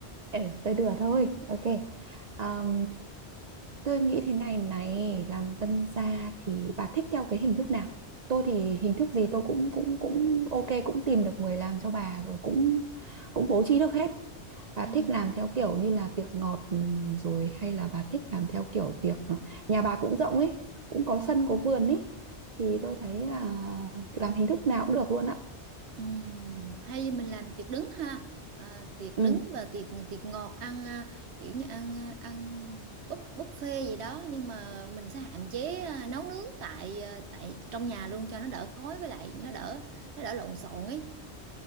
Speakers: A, on the right; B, on the right.
A: Ừ, tôi đùa thôi. Ok. Ờm, tôi nghĩ thế này này, làm tân gia thì bà thích theo cái hình thức nào? Tôi thì hình thức gì tôi cũng cũng cũng ok, cũng tìm được người làm cho bà rồi cũng cũng bố trí được hết. Bà
B: Ừ.
A: thích làm theo kiểu như là tiệc ngọt ừ, rồi hay là bà thích làm theo kiểu tiệc nhà bà cũng rộng ấy, cũng có sân có vườn ấy thì tôi thấy là làm hình thức nào cũng được luôn ạ.
B: Ừm, hay mình làm tiệc đứng ha à, tiệc
A: Ừ.
B: đứng và tiệc tiệc ngọt ăn à, kiểu như ăn à, ăn búp buffet gì đó nhưng mà mình sẽ hạn chế à, nấu nướng tại à, tại trong nhà luôn cho nó đỡ khói với lại nó đỡ nó đỡ lộn xộn ấy